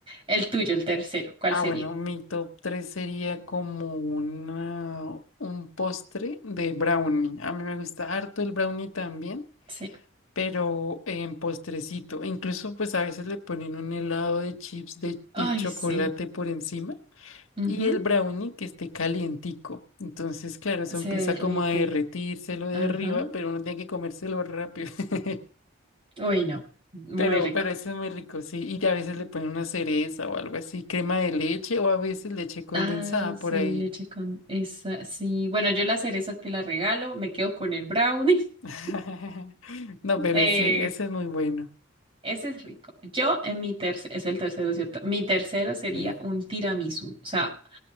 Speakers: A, on the right; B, on the left.
A: el tuyo, el tercero, ¿cuál
B: Ah,
A: sería?
B: bueno, mi top 3 sería como una, un postre de brownie. A mí me gusta harto el brownie también,
A: Sí.
B: pero en postrecito. Incluso pues a veces le ponen un helado de chips de,
A: Ay,
B: de chocolate
A: sí.
B: por encima
A: Ujú,
B: y el brownie que esté calientico. Entonces, claro, eso
A: Se
B: empieza
A: derrite.
B: como a derretírselo de
A: Ajá.
B: arriba, pero uno tiene que comérselo rápido. <laughs>
A: Uy, no. Muy
B: Pero,
A: rico.
B: pero eso es muy rico, sí. Y a veces le ponen una cereza o algo así, crema de leche o a veces leche condensada
A: Ah, sí,
B: por ahí.
A: leche con esa. Sí. Bueno, yo la cereza te la regalo. Me quedo con el brownie. <laughs>
B: <laughs> No, pero
A: Eh,
B: sí, eso es muy bueno.
A: ese es rico. Yo en mi tercero, es el tercero, ¿cierto? Mi tercero sería
B: Sí.
A: un tiramisú. O sea,